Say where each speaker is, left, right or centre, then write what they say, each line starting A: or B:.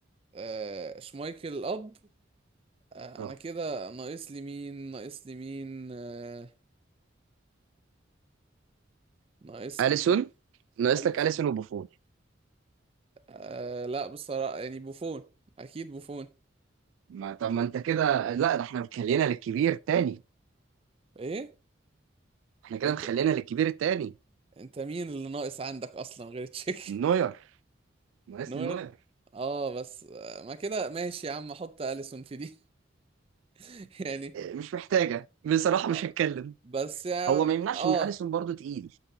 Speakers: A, on the right (about 30°); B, on the right (about 90°).
A: آه شمايكل اب آه
B: اه
A: انا كده ناقص لي مين ناقص لي مين آه ناقص
B: اليسون
A: لي
B: ناقص
A: الف
B: لك اليسون وبوفون
A: آه لا بصراحة يعني بوفون اكيد بوفون
B: ما طب ما انت كده لا ده احنا مخلينا للكبير التاني
A: ايه
B: احنا كده
A: انت
B: مخلينا للكبير التاني
A: انت مين اللي ناقص عندك اصلا غير تشيك
B: نوير ناقص
A: نوير
B: لي نوير
A: اه بس آه، ما كده ماشي يا عم احط اليسون في دي <laughs> يعني
B: مش محتاجة بصراحة
A: آه،
B: مش هتكلم
A: بس يعني
B: هو ما يمنعش
A: اه
B: ان اليسون برضو تقيل